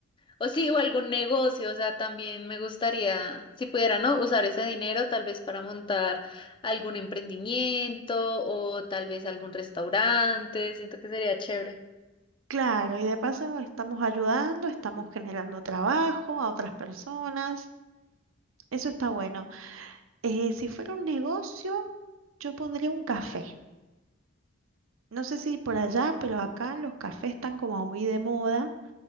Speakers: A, on the left; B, on the right.
A: o sí, o algún negocio, o sea, también me gustaría, si pudiera, ¿no? Usar ese dinero tal vez para montar algún emprendimiento o tal vez algún restaurante, siento que sería chévere.
B: Claro, y de paso estamos ayudando, estamos generando trabajo a otras personas. Eso está bueno. Eh, si fuera un negocio, yo pondría un café. No sé si por allá, pero acá los cafés están como muy de moda.